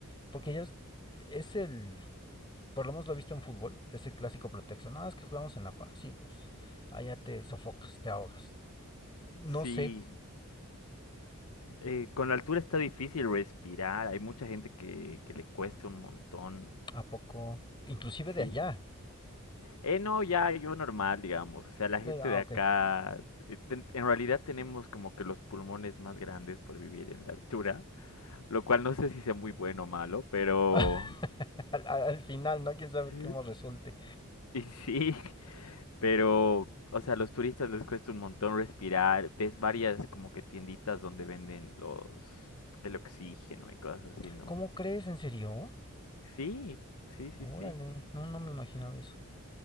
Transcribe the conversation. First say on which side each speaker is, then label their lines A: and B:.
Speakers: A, on the left; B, on the left.
A: porque ya es, es el, por lo menos lo he visto en fútbol, es el clásico pretexto, nada, es que jugamos en La Paz y pues allá te sofocas, te ahogas. No
B: Sí,
A: sé,
B: eh, con la altura está difícil respirar, hay mucha gente que, que le cuesta un montón.
A: ¿a poco? Inclusive de
B: Sí.
A: allá.
B: Eh, no, ya yo normal, digamos. O sea, la gente
A: Eh, ah,
B: de
A: ok.
B: acá, eh, ten- en realidad tenemos como que los pulmones más grandes por vivir en la altura, lo cual no sé si sea muy bueno o malo, pero...
A: <laughs> Al, al final, ¿no? Quién sabe
B: <laughs>
A: cómo resulte.
B: Y sí, <laughs> pero, o sea, a los turistas les cuesta un montón respirar. Ves varias como que tienditas donde venden los, el oxígeno y cosas así, ¿no?
A: ¿Cómo crees? ¿En serio?
B: Sí, sí, sí,
A: Órale,
B: sí.
A: no, no me imaginaba eso.